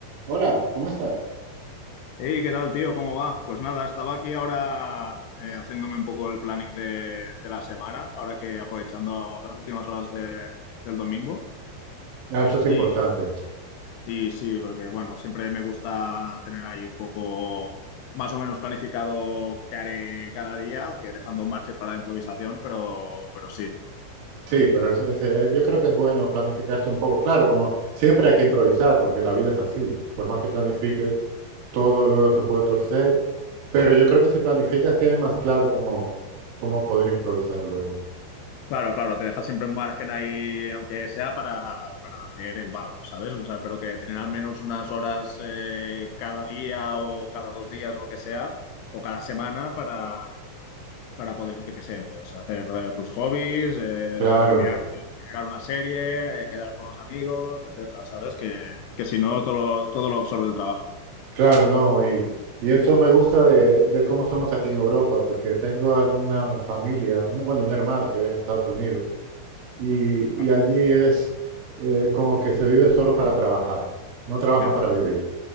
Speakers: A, on the right; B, on the left.
A: Hola, ¿cómo estás?
B: Hey, ¿qué tal, tío? ¿Cómo va? Pues nada, estaba aquí ahora eh, haciéndome un poco el planning de, de la semana, ahora que aprovechando las últimas horas de- del domingo.
A: Ah, Eso es importante.
B: Y sí, sí, porque bueno, siempre me gusta tener ahí un poco más o menos planificado qué haré cada día, aunque dejando un margen para la improvisación, pero, pero sí.
A: Sí, pero es- es, eh, yo creo que es bueno planificarse un poco. Claro, como siempre hay que improvisar, porque la vida es así. Por más que planifiques,
B: Sí.
A: todo luego se puede torcer. Pero yo creo que si planificas tienes más claro cómo, cómo poder improvisar luego.
B: Claro, claro, te deja siempre un margen ahí, aunque sea para, para hacer el vago, ¿sabes? O sea, pero que tener al menos unas horas eh, cada día o cada dos días, lo que sea, o cada semana para, para poder, yo qué sé, pues hacer eh, tus hobbies, eh,
A: Claro,
B: mirar, mirar una serie, eh, quedar con los amigos, etcétera, ¿sabes? Que, que si no, todo, lo- todo lo absorbe el trabajo.
A: claro, no. Y, y eso me gusta de, de cómo somos aquí en Europa, porque tengo alguna familia, una, bueno, una hermana que vive en Estados Unidos. y,
B: Vale,
A: y allí es eh, como que se vive solo para trabajar, no trabajan
B: ya,
A: para vivir.